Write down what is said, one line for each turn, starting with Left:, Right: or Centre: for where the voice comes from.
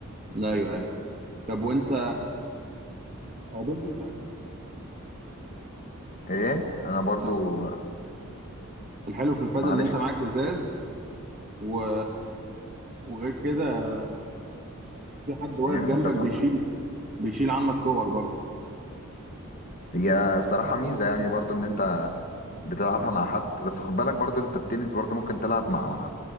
Right: ايوه ايوه طب وانت او برضه انت عارف الحلو في
Left: ايه
Right: الازاز
Left: انا برضو
Right: الحلو في البادل
Left: معلش
Right: ان انت معاك ازاز و... وغير كده في حد واقف
Left: هي ميزه
Right: جنبك
Left: طبعا
Right: بيشيل بيشيل عنك كور برضه
Left: هي صراحه ميزه يعني برضو ان انت بتلعبها مع حد بس خد بالك برضو انت التنس برضو ممكن تلعب مع